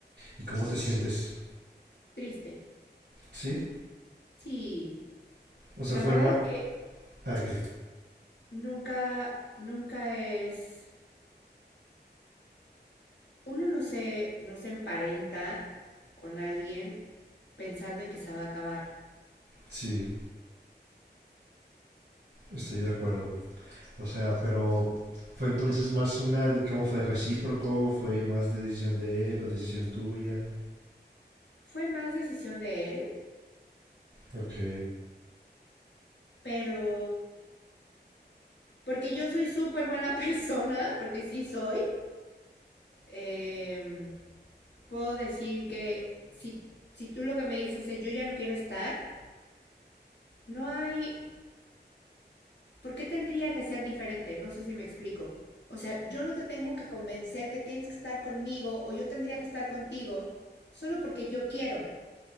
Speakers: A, on the right; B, on the left.
A: ¿Y cómo te sientes?
B: Triste.
A: ¿Sí?
B: Sí,
A: O sea,
B: la
A: fue
B: verdad
A: más...
B: es que
A: Ah, que
B: nunca, nunca es, uno no se, no se emparenta con alguien pensando en que se va a acabar.
A: sí, estoy de acuerdo. O sea, pero fue entonces más una... de- ¿Cómo fue? ¿Recíproco? ¿Fue más de decisión de él o decisión tuya?
B: Fue más decisión de él,
A: Ok.
B: pero porque yo soy súper buena <laughs> persona, porque sí soy, em, puedo decir que si, si tú lo que me dices es yo ya no quiero estar, no hay ¿Por qué tendría que ser diferente? No sé si me explico. O sea, yo no te tengo que convencer que tienes que estar conmigo o yo tendría que estar contigo solo porque yo quiero.